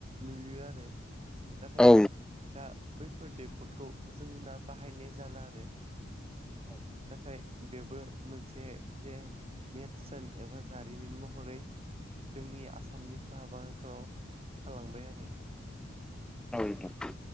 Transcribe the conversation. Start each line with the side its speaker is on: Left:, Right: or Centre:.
Right: नुयो आरो। नाथाय
Centre: औ
Right: दा बैफोर दैखरखौ जों नना बाहायनाय जाला आरो नाथाय बेबो मोनसे जे नेरसोन एबा जारिमिन महरै जोंनि आसामनि साहा बागानफोराव थालांबाय आरो
Centre: औ नोंथां।